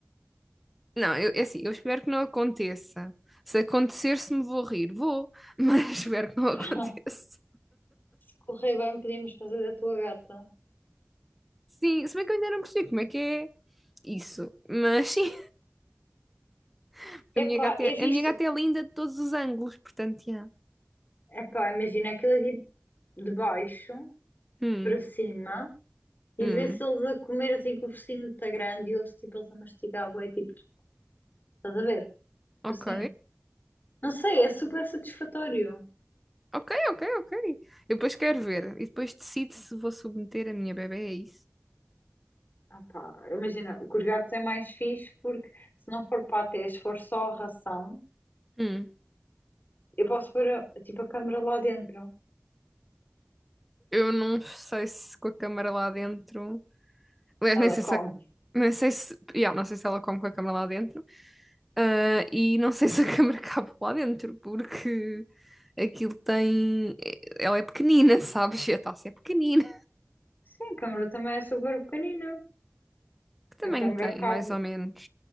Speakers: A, in the centre; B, on the left.
A: Não, eu, é assim, eu espero que não aconteça. Se acontecer, se me vou rir, vou, mas <laughs> espero que não aconteça.
B: <laughs> se correr bem, podíamos fazer da tua gata.
A: Sim, se bem que eu ainda não percebi como é que é isso. Mas sim, <laughs>
B: Epá,
A: a minha gata
B: é
A: é,
B: visto.
A: a minha gata é linda de todos os ângulos, portanto, yeah.
B: Epá, imagina aquilo é tipo de baixo
A: Hum,
B: para cima e
A: hum,
B: ver se eles a comer assim com o focinho está grande e ouve-se tipo eles a mastigar, bué, tipo, estás a ver? Tipo
A: ok.
B: assim. Não sei, é super satisfatório.
A: Ok, ok, ok. Eu depois quero ver e depois decido se vou submeter a minha bebé a isso.
B: Ah pá, imagina, o que os gatos é mais fixe porque se não for patê, se for só ração,
A: Hum,
B: eu posso pôr a- tipo a câmara lá dentro.
A: eu não sei se com a câmara lá dentro. Aliás,
B: Ela
A: nem sei
B: come.
A: se a- nem sei se, yeah, não sei se ela come com a câmara lá dentro. Ah, e não sei se a câmara cabe lá dentro, porque aquilo tem. é, Ela é pequenina, sabes? E A taça é pequenina.
B: Sim, a câmara também é super pequenina.
A: Que tamanho
B: A câmara
A: tem,
B: cabe,
A: mais ou menos?